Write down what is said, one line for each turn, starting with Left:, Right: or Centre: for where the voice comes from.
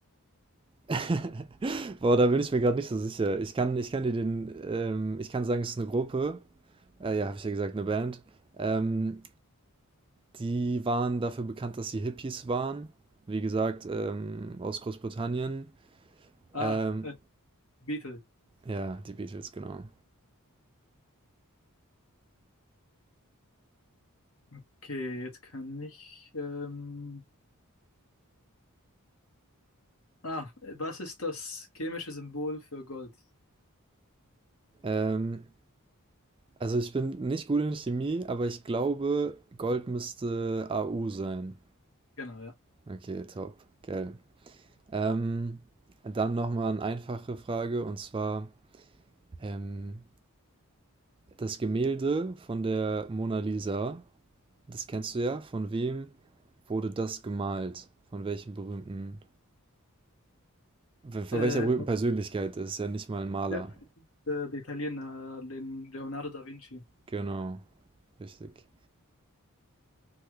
Right: <laughs> Boah, da bin ich mir gerade nicht so sicher. Ich kann, ich kann dir den, ähm, ich kann sagen, es ist eine Gruppe. Äh, ja, habe ich ja gesagt, eine Band. Ähm, die waren dafür bekannt, dass sie Hippies waren. Wie gesagt, ähm, aus Großbritannien.
Left: Ah,
Right: Ähm,
Left: äh, Beatles.
Right: ja, die Beatles, genau.
Left: Okay, jetzt kann ich. Ähm, ah, was ist das chemische Symbol für Gold?
Right: Ähm, also ich bin nicht gut in Chemie, aber ich glaube, Gold müsste AU sein.
Left: Genau, ja.
Right: Okay, top. Geil. Ähm, dann nochmal eine einfache Frage und zwar ähm, das Gemälde von der Mona Lisa, das kennst du ja, von wem wurde das gemalt? Von welchem berühmten, von
Left: Äh,
Right: welcher berühmten Persönlichkeit? Das ist ja nicht mal ein Maler.
Left: ja. äh, der Italiener Len- Leonardo da Vinci.
Right: Genau, richtig.